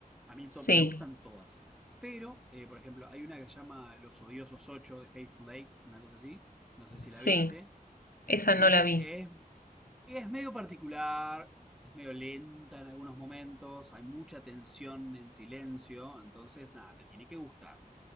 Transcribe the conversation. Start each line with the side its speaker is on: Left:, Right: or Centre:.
Centre: A mí to-
Left: Sí,
Centre: me gustan todas, pero eh, por ejemplo hay una que se llama Los Odiosos ocho de Hateful Eight, una cosa así, no sé si la
Left: sí.
Centre: viste,
Left: Esa
Centre: que
Left: no la vi.
Centre: es es medio particular, es medio lenta en algunos momentos, hay mucha tensión en silencio, entonces nada, te tiene que gustar.